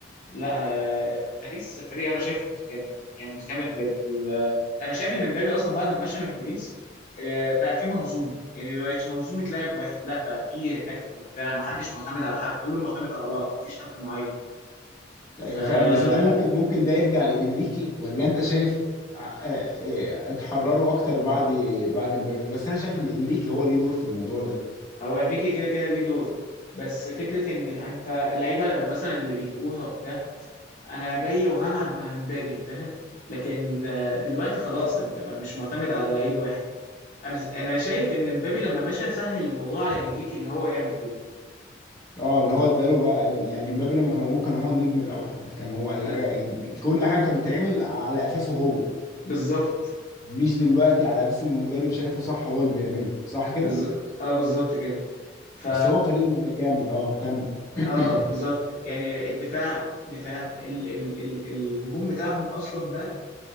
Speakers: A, on the left; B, on the left.
A: لا آه، باريس فريق انا شايفه متكامل يعني متكامل بجد ال- انا شايف ان مبابي اصلا بعد ما مشى من باريس آه، بقى في منظومه يعني ما بقتش منظومه لاعب واحد لا بقى في تكتيك وبتاع ما حدش معتمد على حد كله معتمد على بعض مفيش حد معين
B: ايوه
A: فهو
B: فعلا بس ده ممكن ممكن ده يرجع لانريكي ولا انت شايف آه آه آه، اتحرروا اكتر بعد بعد مبابي بس انا شايف ان انريكي هو ليه دور في الموضوع ده
A: انريكي كده كده ليه دور بس فكره ان انت اللعيبه مثلا اللي بيجيبوها وبتاع انا جاي وهلعب مع مبابي فاهم لكن آه، دلوقتي خلاص انت ما- مش معتمد على لعيب واحد انا انا شايف ان مبابي لما مشى سهل الموضوع على انريكي اللي هو يعمل كده
B: اه اللي هو اداله بقى يعني مبابي لما كان موجود كان هو النجم الاوحد كان هو اي
A: ب...
B: حاجه يعني كل حاجه كانت بتتعمل على اساسه هو
A: بالظبط
B: مش دلوقتي على اساس اللي المدرب شايفه صح هو اللي بيعمله صح كده
A: بز... اه بالظبط كده ف
B: بس هو فريق متكامل اه كمل <clears throat>
A: اه بالظبط يعني الدفاع دفاع ال... ال... ال... الهجوم بتاعهم اصلا بقى